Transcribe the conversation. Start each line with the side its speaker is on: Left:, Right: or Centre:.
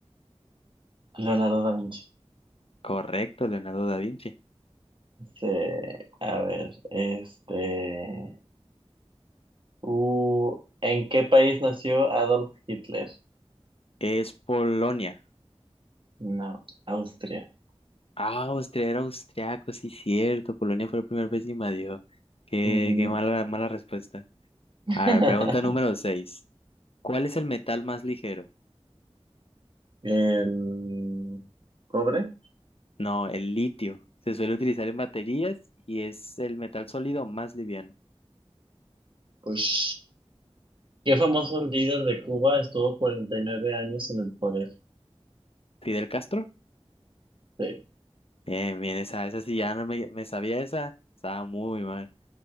Right: Leonardo da Vinci.
Left: Correcto, Leonardo da Vinci.
Right: Sí, a ver, este... Uh, ¿en qué país nació Adolf Hitler?
Left: Es Polonia.
Right: No, Austria.
Left: Ah, Austria era austriaco, sí, cierto. Polonia fue la primera vez que invadió. Qué,
Right: Ujú.
Left: qué mala, mala respuesta.
Right: <laughs>
Left: A ver, pregunta número seis ¿Cuál es el metal más ligero?
Right: El cobre.
Left: No, el litio. Se suele utilizar en baterías y es el metal sólido más liviano.
Right: Pues, ¿qué famoso líder de Cuba estuvo 49 años en el poder?
Left: ¿Fidel Castro?
Right: Sí.
Left: Bien, bien, esa, esa sí ya no me, me sabía esa. Estaba muy mal.